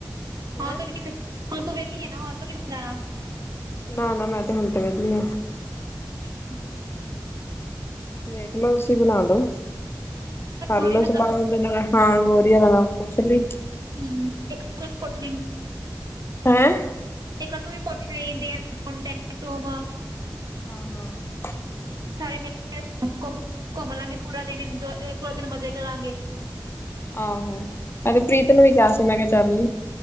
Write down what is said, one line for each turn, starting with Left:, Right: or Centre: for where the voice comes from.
Right: ਹਾਂ
Left: ਹੈਂ
Right: ਤਨੂੰ ਕਿਥੇ ਹੁਣ ਤੂੰ ਵਿਹਲੀ ਹੈ ਨਾ ਹੁਣ ਤ ਕਿਥੇ ਜਾਣਾ।
Left: ਨਾ ਨਾ ਮੈਂ ਤੇ ਹੁਣ ਤੇ ਵਿਹਲੀ ਆ
Right: ਹਾਂ।
Left: ਵੇਖਲੋ ਤੁਸੀਂ ਬਣਾ ਲੋ, ਕਰਲੋ
Right: ਥੋੜੀ ਨਾ
Left: ਸਲਾਹ। ਨਾਲ ਹਾਂ ਗੋਰੀ ਵਾਲਾ ਪੁੱਛ ਲਈ।
Right: ਹਮ ਇੱਕ ਤੇ <unintelligible>
Left: ਹੈਂ
Right: ਇਹ ਤੂੰ ਪੁੱਛ ਲਈ ਮੁੰਡੇ <unintelligible>
Left: ਹਾਂ ਹਾਂ
Right: ਸਾਰੇ ਕਹਿੰਦੇ ਘੁੰਮ, ਘੁੰਮ ਲਾਂਗੇ ਪੂਰਾ ਦਿਨ ਇੰਜੋਯ ਜ ਪੂਰਾ ਦਿਨ ਮਜ਼ੇ ਕਰਾਂਗੇ।
Left: ਆਹੋ, ਮੈਂ ਤੇ ਪ੍ਰੀਤ ਨੂੰ ਵੀ ਕਿਹਾ ਸੀ, ਮੈਂ ਕਿਹਾ ਚੱਲ ਲਈ।